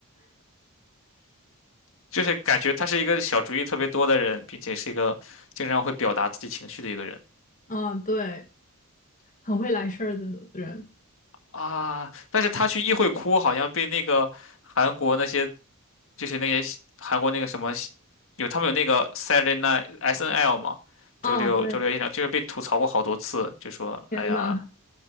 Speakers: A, on the left; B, on the left.
A: 就是感觉他是一个小主意特别多的人，并且是一个经常会表达自己情绪的一个人
B: <laughs> 嗯，对，很会来事儿的人。
A: 啊。但是他去议会哭，好像被那个韩国那些就是那些韩国那个什么有他们有那个 Saturday Night SNL 嘛，周六周六夜场就是被吐槽过好多次，
B: 哦，对，
A: 就说哎呀，
B: 天呐，